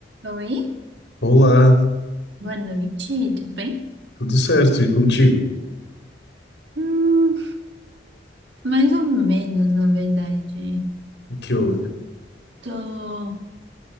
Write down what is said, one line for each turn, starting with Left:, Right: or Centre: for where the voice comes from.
Right: Oi,
Left: Olá,
Right: boa noite, tudo bem?
Left: tudo certo? E contigo?
Right: Hum, mais ou menos, na verdade.
Left: O que houve?
Right: Tô...